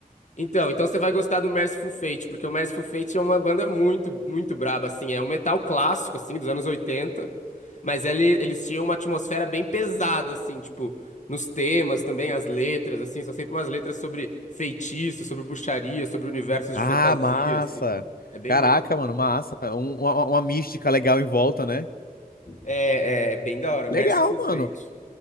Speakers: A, on the left (about 50°); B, on the left (about 70°).
A: Então, então você vai gostar do Merciful Fate, porque o Merciful Fate é uma banda muito, muito braba, assim, é um metal clássico, assim, dos anos 80, Mas ele- eles tinham uma atmosfera bem pesada, assim, tipo, nos temas também, as letras, assim, são sempre umas letras sobre feitiço, sobre bruxaria, sobre universos
B: Ah,
A: de fantasia,
B: massa.
A: assim. É bem
B: Caraca,
A: doido.
B: mano, massa. Um- uma, uma mística legal em volta, né?
A: É, é, é bem da hora. Merciful
B: Legal,
A: Fate.
B: mano.